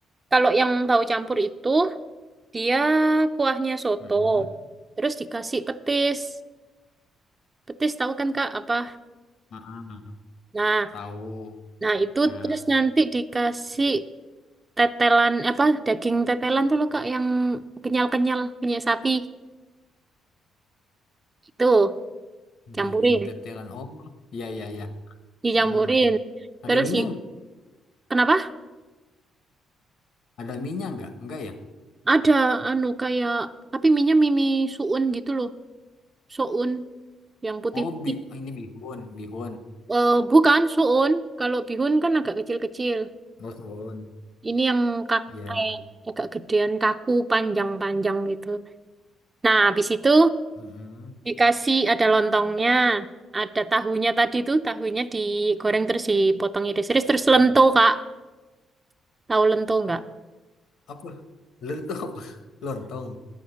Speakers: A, on the right; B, on the left.
A: kalau yang tahu campur itu Dia kuahnya soto,
B: Heeh.
A: terus dikasih petis. Petis tahu kan Kak apa?
B: Heeh.
A: Nah,
B: Tahu
A: nah itu
B: ah
A: terus nanti dikasih tetelan apa daging tetelan tuh loh Kak yang kenyal-kenyal punya sapi itu campurin.
B: daging tetelan. Oh, iya iya iya.
A: Dicampurin.
B: Heeh. Ada
A: Terus
B: minyak?
A: di,
B: nggak?
A: kenapa?
B: Ada minyak nggak? Enggak ya?
A: Ada anu kayak tapi minyak mimi suun gitu loh. Suun yang putih-putih.
B: Oh, bi oh, ini bihun, bihun.
A: Eh bukan suun, kalau bihun kan agak kecil-kecil.
B: Oh, bihun.
A: Ini yang kak
B: Ya.
A: kayak agak gedean kaku panjang-panjang gitu. Nah, habis itu
B: Heeh.
A: dikasih ada lontongnya, ada tahunya tadi tuh, tahunya digoreng terus dipotong iris-iris terus lento, Kak. Tahu lento nggak?
B: Apa? Lentok apa? <laughs> Lontong.